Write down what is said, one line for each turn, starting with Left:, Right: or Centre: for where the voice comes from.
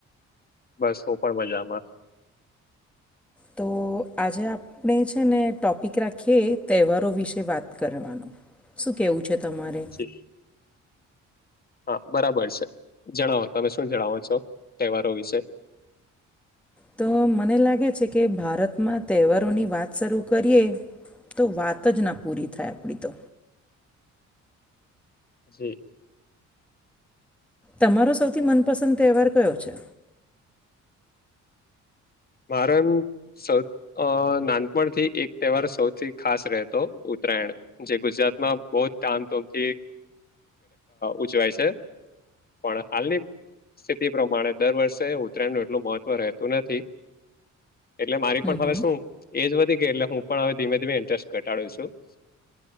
Left: બસ હું પણ મજામાં.
Centre: તો આજે આપ આપણે છે ને ટોપિક રાખીએ તહેવારો વિશે વાત કરવાનો. શું કેવું છે તમારે?
Left: <inaudible> હા બરાબર છે જણાવો તમે શું જણાવો છો તહેવારો વિશે?
Centre: તો મને લાગે છે કે ભારતમાં તહેવારોની વાત શરૂ કરીએ. તો વાત જ ના પૂરી થાય આપણી તો.
Left: જી
Centre: તમારો સૌથી મનપસંદ તહેવાર કયો છે?
Left: મારો એમ સૌ નાનપણથી એક તહેવાર સૌથી ખાસ રહેતો ઉત્તરાયણ. જે ગુજરાતમાં બહુ જ ધામધૂમથી ઉજવાય છે. પણ હાલની સ્થિતિ પ્રમાણે દર વર્ષે ઉત્તરાયણ નું એટલું મહત્વ રહેતું નથી. એટલે મારી
Centre: હમ
Left: પણ
Centre: હમ
Left: હવે શું એજ વધી ગઈ એટલે હું પણ હવે ધીમે ધીમે ઇન્ટરેસ્ટ ઘટાડું છું.